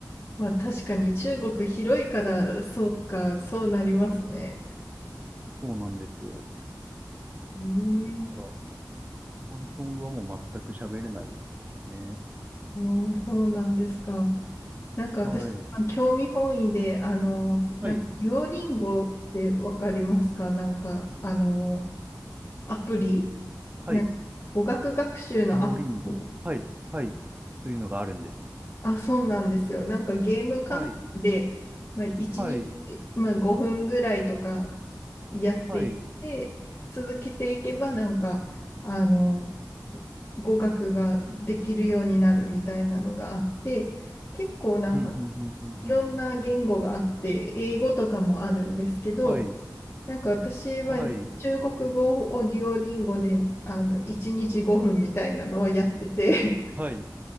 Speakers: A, on the left; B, on the right.
A: まあ確かに中国広いから、そうか、そうなりますね。
B: そうなんですよ。
A: へえ
B: だから、広東語はもう全く喋れないですね。
A: おお、そうなんですか。なんか私、
B: はい。
A: 興味本位で、あの、
B: はい。
A: なんか、デュオリンゴってわかりますかなんか、あの、アプリ
B: はい。
A: なんか語学学習のアプリ
B: 両輪棒。はい。はい。というのがあるんですね。
A: あ、そうなんですよ。なんかゲーム感覚で、
B: はい。
A: まあ、1日、
B: はい。
A: まあ、5分ぐらいとかやっていって、
B: はい。
A: 続けていけば、なんか、あの、語学ができるようになるみたいなのがあって、結構なんか、
B: うん、うん、うん、うん、
A: いろんな言語があって、
B: うん。
A: 英語とかもあるんですけど、
B: はい。
A: なんか私は中国語をデュオリンゴで、
B: はい。
A: あの、1日5分みたいなのをやってて、
B: はい。